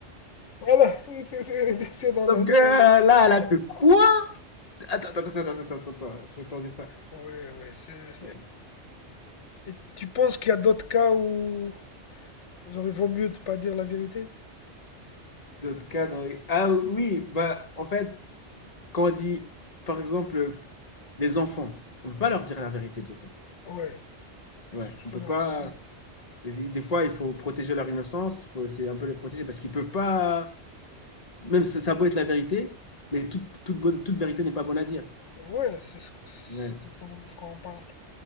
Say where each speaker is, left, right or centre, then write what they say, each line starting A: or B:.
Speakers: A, on the left; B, on the left.
A: Voilà, <laughs> c'est c'est- c'est dans
B: Sauf
A: l'os.
B: que euh, là, elle a fait quoi Attends, attends, attends, attends, attends, attends, je m'attendais pas.
A: Ouais, ouais, c'est...
B: Ouais.
A: Et tu penses qu'il y a d'autres cas où genre, il vaut mieux de pas dire la vérité?
B: D'autres cas, dans les- Ah oui, bah, en fait, quand on dit, par exemple, les enfants, on peut pas leur dire la vérité tout le temps.
A: Ouais,
B: Ouais,
A: c'est justement.
B: on peut pas.
A: c'est-
B: Des fois, il faut protéger leur innocence, faut... c'est un peu les protéger parce qu'ils peuvent pas Même ça, ça a beau être la vérité, mais toute, toute, bonne, toute vérité n'est pas bonne à dire.
A: Ouais, c'est ce que c'est
B: Ouais.
A: exactement de quoi on parle.